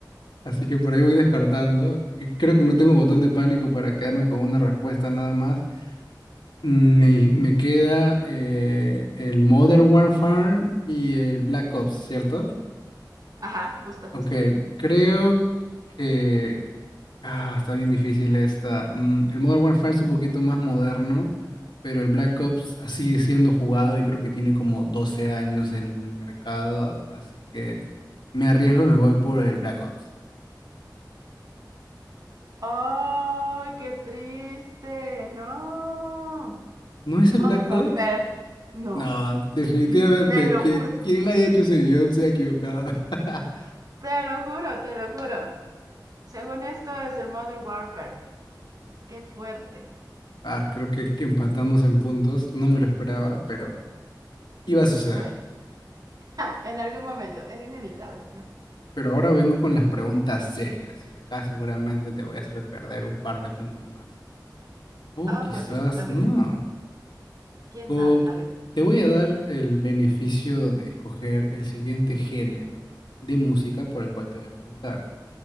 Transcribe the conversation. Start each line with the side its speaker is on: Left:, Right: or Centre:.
Left: así que por ahí voy descartando. Creo que no tengo botón de pánico para quedarme con una respuesta nada más. Mm, Me, me queda eh, el Modern Warfare y el Black Ops, ¿cierto?
Right: Ajá, justo, justo.
Left: Ok, creo que... Ah, está bien difícil esta. Mm, el Modern Warfare es un poquito más moderno, pero el Black Ops ah, sigue siendo jugado y creo que tiene como 12 años en el mercado, así que me arriesgo y me voy por el Black Ops.
Right: ¡Ay, qué triste! No.
Left: ¿No es
Right: Modern
Left: el Black
Right: Warfare.
Left: Ops?
Right: No.
Left: No, definitivamente.
Right: Mm, Te lo
Left: Quien,
Right: juro.
Left: quien haya hecho ese guión se ha equivocado. <laughs>
Right: Te lo juro, te lo juro. Según esto es el Modern Warfare. Qué fuerte.
Left: Ah, creo que empatamos en puntos. No me lo esperaba, pero iba a suceder.
Right: Bueno. <laughs> Ja, en algún momento. Era inevitable, ¿no?
Left: Pero ahora vengo con las preguntas serias y acá seguramente te voy a hacer perder un par de puntos más. Oh,
Right: Oh,
Left: quizás
Right: por Dios. A ver.
Left: no.
Right: ¿Quién
Left: Co-
Right: sabe? A ver.
Left: te voy a dar el beneficio de escoger el siguiente género de música por el cual te voy a preguntar.